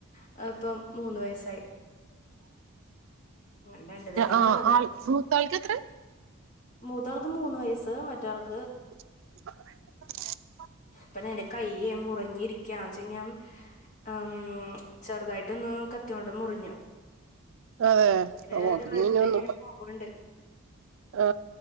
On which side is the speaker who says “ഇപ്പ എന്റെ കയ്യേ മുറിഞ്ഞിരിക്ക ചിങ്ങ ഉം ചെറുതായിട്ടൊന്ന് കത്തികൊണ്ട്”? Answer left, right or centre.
Left